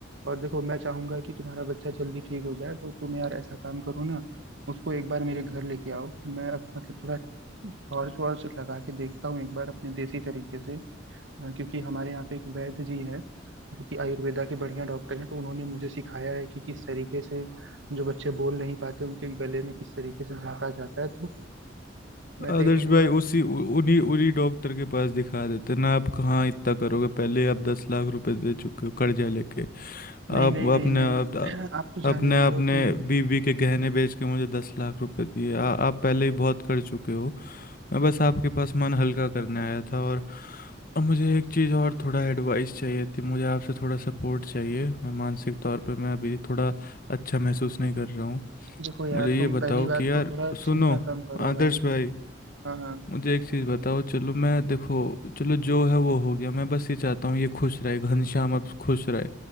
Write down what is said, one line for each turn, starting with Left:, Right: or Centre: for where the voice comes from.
Right: और देखो मैं चाहूंगा कि तुम्हारा बच्चा जल्दी ठीक हो जाए तो तुम यार ऐसा काम करो ना उसको एक बार मेरे घर लेके आओ मैं अब मतलब थोड़ा टॉर्च वॉर्च लगा के देखता हूँ एक बार अपने देसी तरीके से अ, क्योंकि हमारे यहाँ पे एक वैद्य जी है जो कि आयुर्वेदा के बढ़िया डॉक्टर हैं तो उन्होंने मुझे सिखाया है कि किस तरीके से जो बच्चे बोल नहीं पाते उनके गले में किस तरीके से झांका जाता है तो मैं
Left: आदर्श
Right: देख लूंगा
Left: भाई उसी उ- उन्हीं उन्हीं डॉक्टर के पास दिखा देते ना आप कहाँ इतना करोगे पहले आप दस लाख रुपए दे चुके हो कर्जा लेके
Right: नहीं
Left: आप
Right: नहीं नहीं
Left: अपने
Right: नहीं
Left: आप,
Right: <clears throat> आप तो
Left: अपने
Right: जान ही रहे
Left: अपने
Right: हो कि
Left: बीवी के गहने बेच के मुझे दस लाख रुपए दिए आ, आप पहले ही बहुत कर चुके हो मैं बस आपके पास मन हल्का करने आया था और और मुझे एक चीज़ और थोड़ा एडवाइस चाहिए थी मुझे आपसे थोड़ा सपोर्ट चाहिए मैं मानसिक तौर पे मैं अभी थोड़ा अच्छा महसूस नहीं कर रहा हूँ
Right: देखो यार
Left: मुझे
Right: तुम
Left: ये बताओ
Right: पहली बात
Left: कि यार
Right: तो थोड़ा चिंता
Left: सुनो
Right: कम करो
Left: आदर्श
Right: भाई
Left: भाई
Right: हाँ हाँ
Left: मुझे एक चीज़ बताओ चलो मैं देखो चलो जो है वो हो गया मैं बस ये चाहता हूँ ये खुश रहे घनश्याम अब खुश रहे